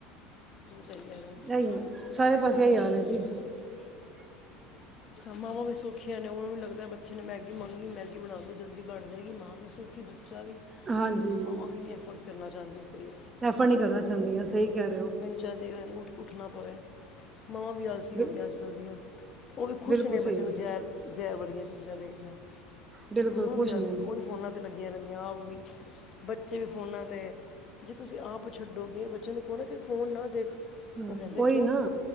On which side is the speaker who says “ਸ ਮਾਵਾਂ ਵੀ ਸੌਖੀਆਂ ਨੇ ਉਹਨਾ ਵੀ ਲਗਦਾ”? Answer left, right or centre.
Left